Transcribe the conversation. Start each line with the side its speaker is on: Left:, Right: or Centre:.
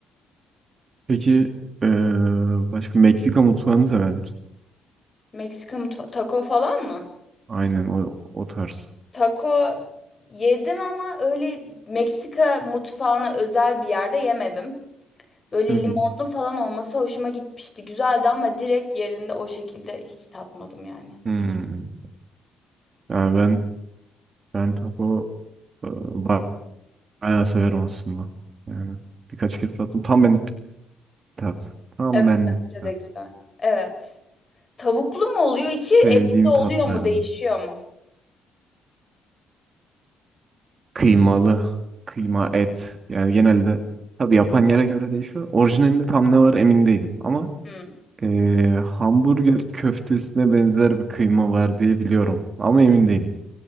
Right: Peki eee, başka Meksika mutfağını sever misin?
Left: Meksika mutfağı taco falan mı?
Right: Aynen o, o tarz.
Left: Taco yedim ama öyle Meksika mutfağına özel bir yerde yemedim. Böyle
Right: Hı hı.
Left: limonlu falan olması hoşuma gitmişti. Güzeldi ama direkt yerinde o şekilde hiç tatmadım yani.
Right: Hmm. Yani ben ben taco eee, ba- bayağı severim aslında. Yani birkaç kez tattım. Tam benlik bir tat. Tam
Left: Evet
Right: benlik
Left: bence
Right: bir
Left: de
Right: tat.
Left: güzel. Evet. Tavuklu mu oluyor içi, etli
Right: Sevdiğim
Left: oluyor
Right: tatlardan.
Left: mu, değişiyor mu?
Right: Kıymalı, kıyma et. Yani genelde tabii yapan yere göre değişiyor. Orijinalinde tam ne var emin değilim. Ama
Left: Hmm.
Right: eee, hamburger köftesine benzer bir kıyma var diye biliyorum. Ama emin değilim.